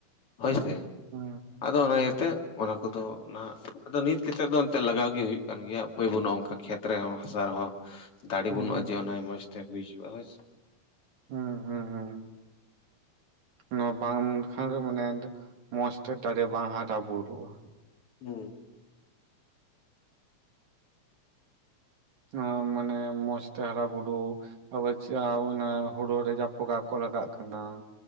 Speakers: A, on the left; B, on the right.
A: ᱦᱚᱭ ᱥᱮ᱾
B: ᱦᱩᱸ
A: ᱟᱫᱚ ᱚᱱᱟ ᱤᱭᱟᱹᱛᱮ ᱚᱱᱟ ᱠᱚᱫᱚ ᱱᱟ ᱟᱫᱚ ᱱᱤᱛ ᱛᱮᱫ ᱫᱚ ᱮᱱᱛᱮ ᱞᱟᱜᱟᱣ ᱜᱮ ᱦᱩᱭᱩᱜ ᱠᱟᱱ ᱜᱮᱭᱟ᱾ ᱦᱩᱭ ᱵᱟᱹᱱᱩᱜᱼᱟ, ᱚᱱᱠᱟ ᱠᱷᱮᱛ ᱨᱮᱦᱚᱸ ᱦᱟᱥᱟ ᱨᱮᱦᱚᱸ ᱫᱟᱲᱮ
B: ᱦᱩᱸ
A: ᱵᱟᱹᱱᱩᱜᱼᱟ ᱡᱮ ᱢᱚᱸᱡᱽ ᱛᱮ ᱦᱩᱭ ᱦᱚᱪᱚᱭᱟ
B: ᱦᱩᱸ ᱦᱩᱸ ᱦᱩᱸ ᱱᱚᱣᱟ ᱵᱟᱝ ᱞᱮᱠᱷᱟᱱ ᱫᱚ ᱢᱟᱱᱮ ᱢᱚᱸᱡᱽ ᱛᱮ ᱵᱟᱝ ᱦᱟᱨᱟ ᱵᱩᱨᱩᱜᱼᱟ᱾
A: ᱦᱩᱸ
B: ᱚ, ᱢᱟᱱᱮ ᱢᱚᱡᱽᱛᱮ ᱦᱟᱨᱟ-ᱵᱩᱨᱩ ᱚᱵᱚᱥᱥᱳ ᱚᱱᱟ ᱦᱩᱲᱩ ᱨᱮ ᱡᱟᱯᱚᱠᱟ ᱠᱚ ᱞᱟᱜᱟᱜ ᱠᱟᱱᱟ